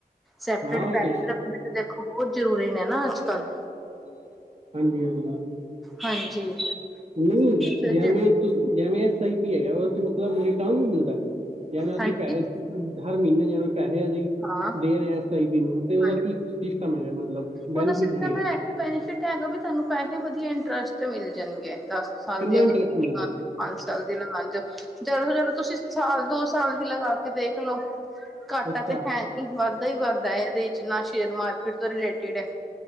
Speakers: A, in the centre; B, on the right.
A: ਸੈਪਰੇਟ
B: ਹਾਂ ਉਹ
A: ਪੈਸੇ
B: ਤੇ
A: ਰੱਖਣੇ ਤੇ ਦੇਖੋ ਬਹੁਤ ਜ਼ਰੂਰੀ ਨੇ ਨਾ ਅੱਜ ਕੱਲ੍ਹ
B: ਹਾਂਜੀ- ਹਾਂਜੀ।
A: ਹਾਂਜੀ।
B: ਨਹੀਂ,
A: ਤੇ
B: ਜਵੇ
A: ਜੇ
B: ਤੁਂਸ ਜੈਵੈ ਏਸ ਆਈ ਪੀ ਹੈਗਾ ਓਹਦ ਮਤਲਬ ਰਿਟਰਨ ਵੀ ਮਿਲਦਾ। ਜਿਵੇਂ ਅਸੀਂ
A: ਹਾਂਜੀ
B: ਪੈਸੇ ਹਰ ਮਹੀਨੇ, ਜਿਵੇਂ ਪੈਸੇ ਅਸੀਂ
A: ਹਾਂ
B: ਦੇ ਰਹੇ ਐਸ ਆਈ ਪੀ ਨੂੰ ਤੇ ਉਹਦਾ
A: ਹਾਂਜੀ
B: ਕੀ ਸਿਸਟਮ ਹੈਗਾ ਮਤਲਬ ਬੈਨੀਫਿਟ
A: ਉਹਦਾ ਸਿਸਟਮ
B: ਕੀ ਹੈਗਾ।
A: ਹੈ ਬੈਨੀਫਿਟ ਹੈਗਾ, ਵੀ ਤੁਹਾਨੂੰ ਪੈਸੇ ਵਧੀਆ ਇੰਟਰਸਟ ਮਿਲ ਜਾਣਗੇ। ਦਸ ਸਾਲ
B: ਕਿੰਨਾ
A: ਦੀ ਅਗਰ
B: ਇੰਟਰਸਟ
A: ਤੁਸੀ
B: ਮਿਲਦਾ
A: ਕਰਦੇ। ਪੰਜ ਸਾਲ ਦੀ ਲਗਾਦੇ ਓ। ਜਦੋਂ-ਜਦੋਂ ਤੁਸੀਂ ਸਾਲ, ਦੋ ਸਾਲ ਦੀ ਲਗਾ ਕੇ ਦੇਖ ਲਓ। ਘਾਟਾ
B: ਅੱਛਾ
A: ਤੇ ਹੈ ਨੀ ਵੱਧਦਾ ਹੀ ਵੱਧਦਾ ਇਹਦੇ, ਨਾ ਸ਼ੇਅਰ ਮਾਰਕੀਟ ਤੋਂ ਰਿਲੇਟਿਡ ਹੈ